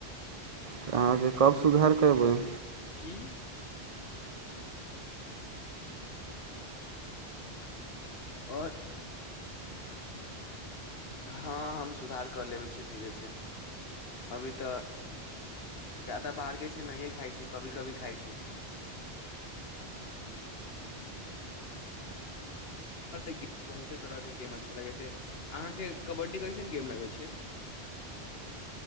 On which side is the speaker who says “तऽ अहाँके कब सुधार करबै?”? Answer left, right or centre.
Right